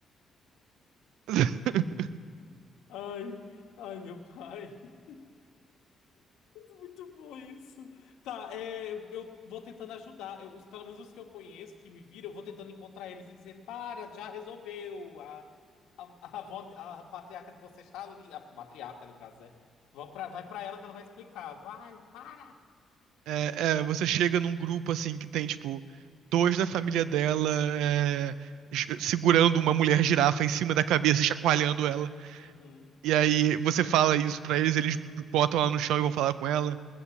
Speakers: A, on the right (about 90°); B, on the left (about 85°).
A: <laughs>
B: Ai, ai, meu pai. <laughs> Muito bom isso. Tá, é, eu, eu vou tentando ajudar. Eu- os, pelo menos os que eu conheço, que me viram, eu vou tentando encontrar eles e dizer: para, já resolveu. A, a, a, avó- a patriarca de você está ali. A matriarca, no caso, né? Vou pra, vai pra ela que ela vai explicar. Vai, para!
A: É, é, você chega num grupo, assim, que tem, tipo, dois da família dela é, j- segurando uma mulher girafa em cima da cabeça e chacoalhando ela.
B: Uhum,
A: E aí você fala isso pra eles, eles botam ela no chão e vão falar com ela.